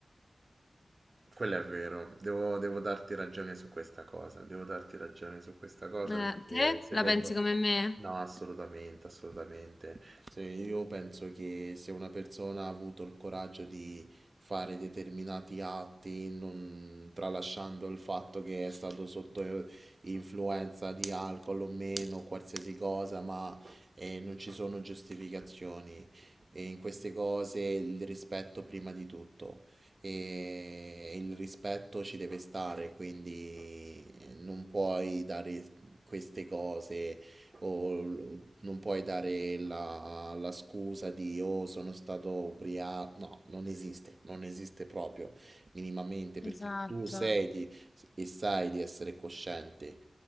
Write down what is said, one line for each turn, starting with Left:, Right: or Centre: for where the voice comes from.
Right: Quello è vero, devo, devo darti ragione su questa cosa, devo darti ragione su questa cosa
Left: Eh,
Right: perché
Left: te
Right: secondo...
Left: la pensi come me?
Right: No, assolutamente, assolutamente. Se io penso che se una persona ha avuto il coraggio di fare determinati atti, non... tralasciando il fatto che è stato sotto influenza di alcol o meno, qualsiasi cosa, ma eh, non ci sono giustificazioni. E in queste cose il rispetto prima di tutto. E il rispetto ci deve stare, quindi eh, non puoi dare queste cose o l- non puoi dare la, la scusa di oh sono stato ubriaco. No, non esiste, non esiste proprio minimamente perché
Left: Esatto,
Right: tu sei di- e sai di essere cosciente.